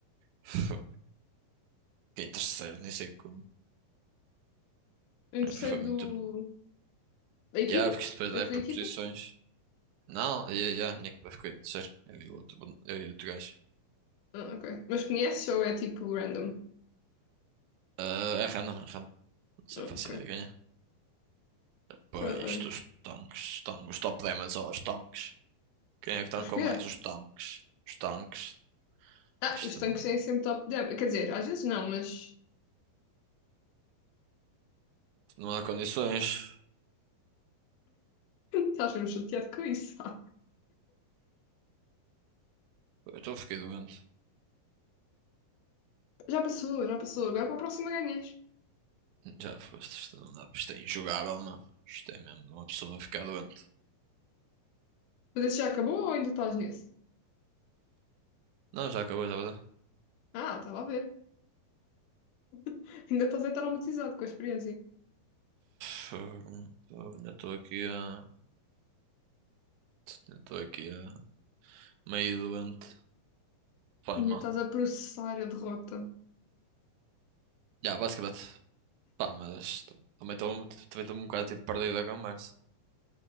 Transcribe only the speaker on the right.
Pff, Fiquei em terceiro, nem sei como.
É, Foi muito
bom.
Yeah, porque isto depois
é por
posições. Não, yeah, yeah, a minha equipa ficou em terceiro. Eu e o outro, eu e o outro gajo.
Ah, é random, é random. Não sei,
faço
ideia. de ganhar. Pá,
isto,
os tanques, tanques, os top 10, mas ó, os tanques. Quem é que tancou
mais?
Os tanques. Os tanques.
Pá, Isto
não,
não há condições.
Eu estou, fiquei doente.
Já foste, isto não dá, isto é injogável, não. Isto é mesmo de uma pessoa ficar doente.
Não, já acabou, já acabou.
Fogo, meu. Tô- Ainda estou aqui a. Ainda estou aqui a. Meio doente. Faz
mal.
Já, basicamente. Pá, mas t- também estou também estou um bocado tipo perdido da conversa.